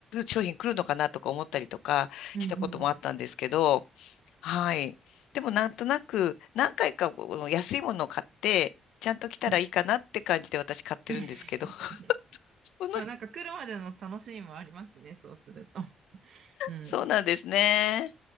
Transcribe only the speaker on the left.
商品来るのかなとか思ったりとかしたこともあったんですけど、
はい。でもなんとなく何回かこの安いものを買って、ちゃんと着たらいいかなって感じで私買ってるんですけど。
<laughs> その、
そうなんですね。